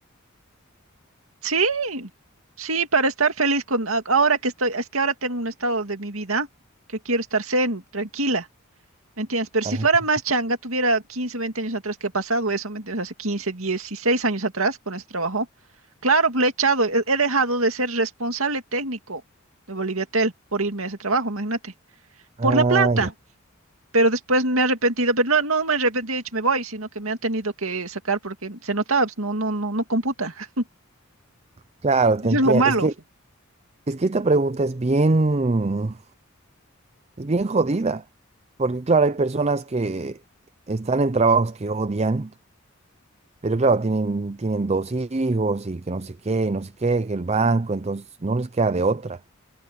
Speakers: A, on the right (about 80°); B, on the right (about 30°).
A: Sí, sí, para estar feliz con a- ahora que estoy, es que ahora tengo un estado de mi vida que quiero estar zen, tranquila, ¿me entiendes? Pero
B: Ah,
A: si fuera más changa, tuviera 15, 20 años atrás que ha pasado eso, ¿me entiendes? Hace 15, 16 años atrás con ese trabajo. Claro, le he echado, he, he dejado de ser responsable técnico de Boliviatel por irme a ese trabajo, imagínate,
B: ah,
A: por la plata.
B: ya.
A: Pero después me he arrepentido, pero no, no me he arrepentido, he dicho, me voy, sino que me han tenido que sacar porque se notaba, pues, no, no, no, no computa. <laughs>
B: Claro, te
A: Eso
B: entiendo.
A: es lo malo.
B: Es que, es que esta pregunta es bien, es bien jodida. Porque, claro, hay personas que están en trabajos que odian, pero claro, tienen, tienen dos hijos y que no sé qué, y no sé qué, que el banco, entonces no les queda de otra.